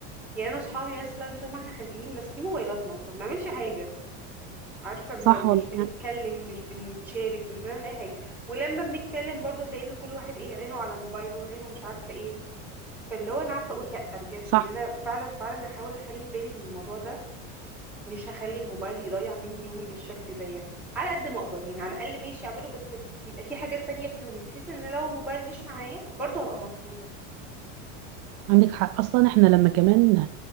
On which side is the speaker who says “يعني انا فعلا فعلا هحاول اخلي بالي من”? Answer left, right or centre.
Centre